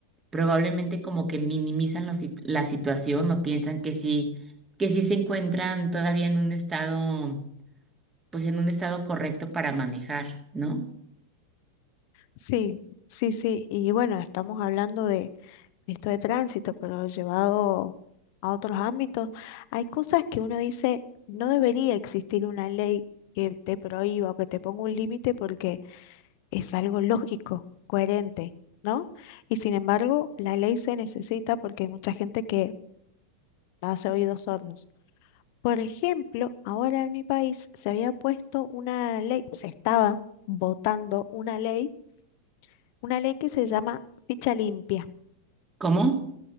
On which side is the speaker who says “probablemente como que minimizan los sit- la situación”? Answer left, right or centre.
Right